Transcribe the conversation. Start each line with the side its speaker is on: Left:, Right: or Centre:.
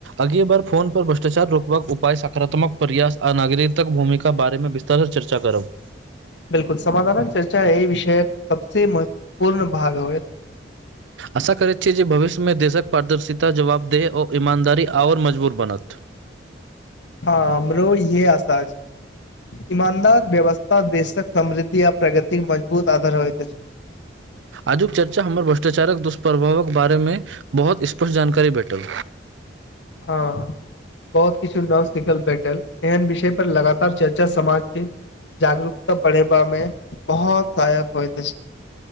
Right: अगिले बार फोन पर भ्रष्टाचार रोकबाक उपाय सकारात्मक प्रयास आ नागरिकतक भूमिका बारे मे विस्त तहन चर्चा करब
Left: बिल्कुल समाधानक चर्चा ऐ विषयक सबसे महत्वपूर्ण भाग होयत
Right: आशा करैत छी जे भविष्यमे देशक पारदर्शिता जवाबदेह ओ ईमानदारी आओर मजबूत बनत
Left: हँ हमरो इहे आशा अछि ईमानदार व्यवस्था देशक समृद्धि आ प्रगति के मजबूत आधार होइत अछि
Right: आजुक चर्चा हमर भ्रष्टाचारक दुष्प्रभावक बारे मे बहुत स्पष्ट जानकारी भेटल
Left: हँ बहुत किछु नव सिखल भेटल एहन विषय पर लगातार चर्चा समाज के जागरूकता बढ़ेबा मे बहुत सहायक होइत अछि।